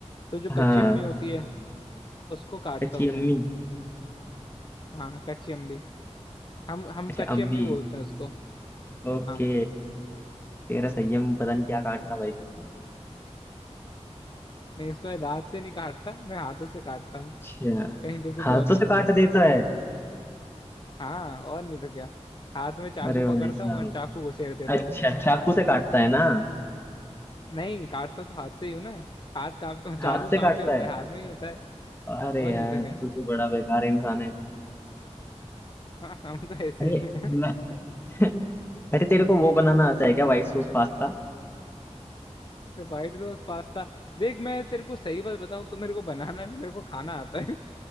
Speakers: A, on the left; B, on the left.
A: तो जो
B: हाँ
A: कच्ची अम्मी होती है उसको काटता
B: कच्ची
A: हूँ
B: अम्मी
A: मैं हाँ कच्ची अम्मी हम हम
B: अच्छा
A: कच्ची
B: अम्मी
A: अम्मी बोलते हैं उसको
B: ओके
A: हाँ
B: तेरा संयम पता नहीं क्या काट रहा भाई तू
A: नहीं उसको मैं दांत से नहीं काटता मैं हाथों से काटता हूँ
B: अच्छा
A: कहीं तो कुछ
B: हाथों
A: और समझे
B: से काट देता है
A: हाँ और नहीं तो क्या हाथ में चाकू
B: अरे
A: पकड़ता
B: भाई साहब
A: हूँ और चाकू को सेड़ देता
B: अच्छा
A: हूँ
B: चाकू से काटता है ना
A: नहीं काटता तो हाथ से ही हूँ ना हाथ कहाँ चाकू
B: हाथ से
A: कहाँ
B: काटता
A: पे होता
B: है
A: है हाथ में ही होता है
B: अरे
A: और
B: यार
A: नहीं तो क्या
B: तू तो बड़ा बेकार इंसान है
A: हाँ, हम तो ऐसे
B: अरे
A: ही हैं
B: मैं <laughs> अरे तेरे को वो बनाना आता है क्या व्हाइट सॉस पास्ता
A: <laughs> White sauce pasta देख मैं तेरे को सही बात बताऊं तो मेरे को बनाना नहीं मेरे को खाना आता है